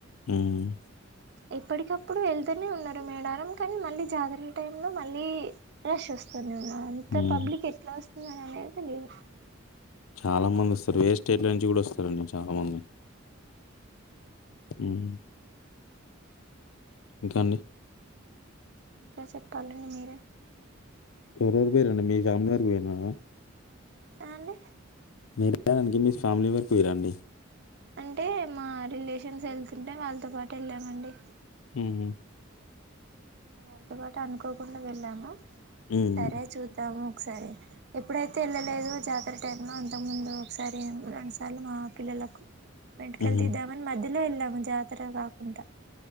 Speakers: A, on the left; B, on the right.
A: ఉమ్.
B: ఎప్పటికప్పుడు వెళ్తు. తిని ఉండటమే నారం. కానీ మళ్ళీ జాతర టైమ్ లో మళ్ళీ రష్ వస్తానే ఉన్నది. ఇంత
A: ఉమ్,
B: పబ్లిక్ ఎట్లా వస్త <unintelligible> లీవ్.
A: చాలా మంది వస్తారు. వేరే స్టేట్ నుంచి కూడా వస్తారండి చాలా మంది. ఉమ్. ఇంకా అండి.
B: ఇంకా చెప్పాలండి మీరే.
A: ఎవరెవరు పోయిన్రండి మీ ఫ్యామిలీ తో పోయిండ్రా.
B: ఆహ్ అండి.
A: మేడారనికి మీ ఫ్యామిలీ తోటి పోయిండ్రా అండి.
B: అంటే మా రిలేషన్స్ వెళ్తుంటే వాళ్ళతో పాటు వెళ్ళామండి.
A: ఉమ్
B: వాళ్ళతో పాటు అనుకోకుండా వెళ్ళాము.
A: ఉమ్.
B: సరే చూద్దాము. ఒకసారి ఎప్పుడైతే వెళ్ళలేదో జాతర టైంలో అంతకుముందు ఒకసారి రెండుసార్లు మా పిల్లలకు. వెంటుకలు
A: ఉహు.
B: తీద్దామని మధ్యలో వెళ్ళాము జాతర కాకుండా.